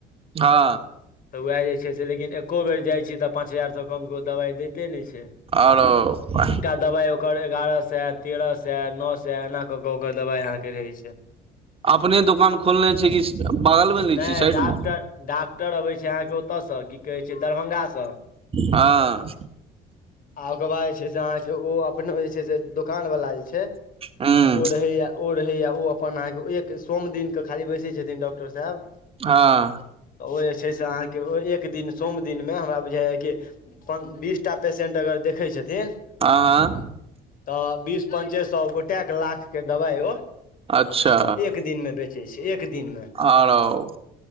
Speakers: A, on the right; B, on the left.
A: हा
B: तऽ उएह जे छै से लेकिन एको बेर जाइ छियै तऽ पाँच हजार सँ कमके ओ दबाइ दैते नहि छै
A: आओरो बही
B: दबाइ ओकर एगारह सए तेरह सए नओ सए एना कऽ कऽ ओकर दबाइ अहाँकेँ रहै छै।
A: अपने दोकान खोलने छै कि बगल मे लै
B: नय
A: छी साइड
B: डाक्टर
A: मे
B: डाक्टर आबय छय अहाँकेँ ओतयसँ कि कहै छै दरभंगासँ
A: हँ
B: आ ओकर बाद जे छै से अहाँकेँ ओ अपन जे छै से दोकान वला जे छै
A: हूँ
B: ओ रहे य ओ रहे य ओ अपन अहाँकेँ एक सोम दिनके खाली बैसै छथिन डॉक्टर साहेब
A: हँ
B: ओ जे छै से अहाँकेँ एक दिन सोम दिन मे हमरा बुझाइ है कि बीसटा पेसेंट अगर देखै छथिन
A: आँ
B: तऽ बीस पंचे सए गोटएके लाख के दवाइ ओ
A: अच्छा
B: एक दिनमे बेचै छै एक दिनमे
A: आरो